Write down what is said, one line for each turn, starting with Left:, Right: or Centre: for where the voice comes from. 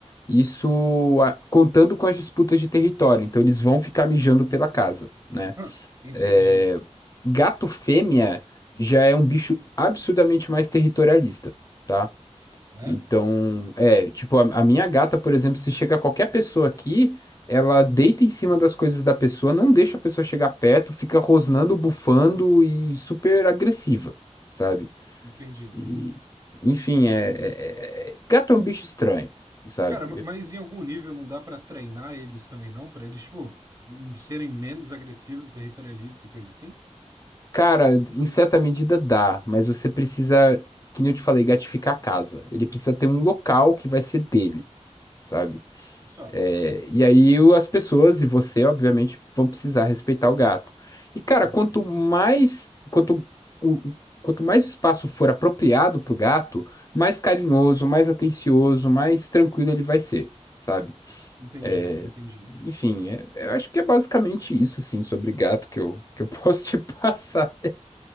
Left: Isso a- contando com as disputas de território, então eles vão ficar mijando pela casa. né?
Right: <laughs> Entendi.
Left: É, Gato fêmea já é um bicho absurdamente mais territorialista, tá?
Right: É?
Left: Então, é, tipo, a, a minha gata, por exemplo, se chega qualquer pessoa aqui, ela deita em cima das coisas da pessoa, não deixa a pessoa chegar perto, fica rosnando, bufando e super agressiva, sabe?
Right: Entendi.
Left: E, enfim, é, é- é- gato é um bicho estranho, sabe?
Right: Cara, ma- mas em algum nível não dá pra treinar eles também, não? Pra eles, tipo, serem menos agressivos e territorialistas e coisa assim?
Left: Cara, em certa medida dá, mas você precisa, que nem eu te falei, gatificar a casa. Ele precisa ter um local que vai ser dele, sabe?
Right: Só.
Left: É, e aí o- as pessoas e você, obviamente, vão precisar respeitar o gato. E, cara,
Right: Uhum.
Left: quanto mais, quanto, o, quanto mais espaço for apropriado pro gato, mais carinhoso, mais atencioso, mais tranquilo ele vai ser, sabe?
Right: Entendi,
Left: É,
Right: entendi.
Left: enfim, é- eu acho que é basicamente isso, assim, sobre gato que eu, que eu posso <laughs> te passar.